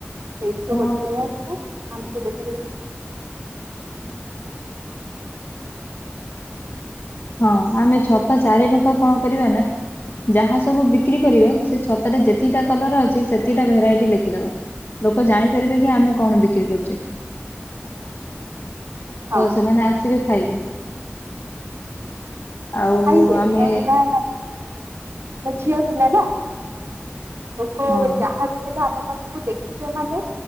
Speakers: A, on the right (about 85°); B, on the left (about 60°).
A: ସେଇଠୁ
B: ହଁ
A: ଗୋଟେ ନେଇଆସିବୁ ଆମକୁ ଦେ <unintelligible>
B: ହଁ ଆମେ ଛତା ଚାରି ପାଖ କଣ କରିବା ନା ଯାହା ସବୁ ବିକ୍ରି କରିବା ସେ ଛତା ରେ ଯେତିକିଟା କଲର ଅଛି ସେତିକିଟା ଭେରାଇଟି ଲେଖିଦବା। ଲୋକ ଜାଣିପାରିବେ କି ଆମେ କଣ ବିକ୍ରି କରୁଚେ।
A: ହଁ
B: ତ ସେମାନେ ଆସିବେ ଖାଇବେ। ଆଉ
A: ଖାଇବେ
B: ଆମେ
A: କାହିଁକି ନା ଆମେ ଝିଅ ଥିଲା ନା ଲୋକ
B: ହଁ
A: ଯାହା ବି ଥିଲା ଆମ ପାଖକୁ ଦେଖ ଶିବ ମାନେ